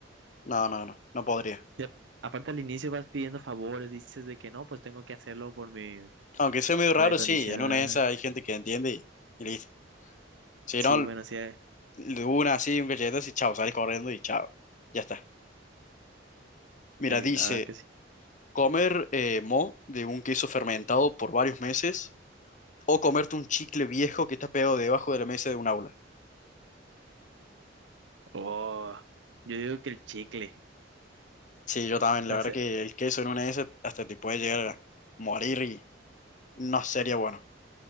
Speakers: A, on the left (about 45°); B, on the right (about 80°).
A: no, no, no, no podría.
B: Y a- aparte al inicio vas pidiendo favores, dices de que no, pues tengo que hacerlo por mi,
A: Aunque sea medio
B: por
A: raro,
B: mi condición.
A: sí, en una de esas hay gente que entiende y, y listo. Si
B: Sí,
A: no,
B: bueno, sí, eh,
A: de una así, un cachetazo y chao, salís corriendo y chao, ya está. Mira,
B: sí,
A: dice,
B: la verdad que sí.
A: comer eh, mo de un queso fermentado por varios meses o comerte un chicle viejo que está pegado debajo de la mesa de un aula.
B: Oh, yo digo que el chicle.
A: Sí, yo también, la
B: No
A: verdad
B: sé,
A: que el queso en una de esas hasta te puede llegar a morir y no sería bueno.